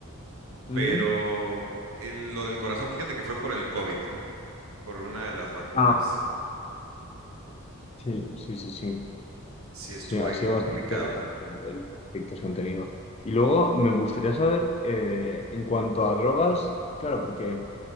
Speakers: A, on the left (about 25°); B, on the right (about 70°).
A: Ujú.
B: pero el- lo del corazón, fíjate que fue por el COVID, por una de las vacunas,
A: Ah, Sí, sí, sí, sí.
B: sí estuvo
A: Sí, ha
B: ahí
A: sido
B: complicado.
A: bastante nefasto el el efecto que han tenido. Y luego me gustaría saber, eh, en cuanto a drogas, claro, porque